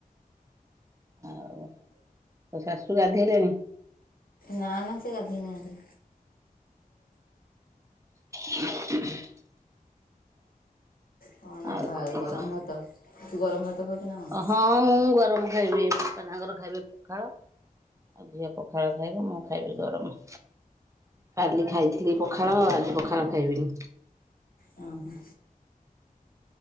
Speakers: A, on the right; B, on the left.
A: ଆଉ ତ ଶାଶୁ ଗାଧେଇଲେଣିି?
B: ନା ନା ସେ ଗାଧେଇ ନାହାନ୍ତି।
A: <inaudible>
B: କଣ
A: ଆଉ
B: ଭା
A: କଣ
B: ଗରମ
A: କହ
B: ଭାତ ତୁ ଗରମ ଭାତ ଖାଉଛୁ ନା କଣ?
A: ହଁ ମୁଁ ଗରମ ଖାଇବି। ତାଙ୍କର ଖାଇବି ପଖାଳ। ଆଉ ଝିଅ ପଖାଳ ଖାଇବ ମୁଁ ଖାଇବି ଗରମ। କାଲି ଖାଇଥିଲି ପଖାଳ ଆଜି ପଖାଳ ଖାଇବିନି।
B: ହଁ।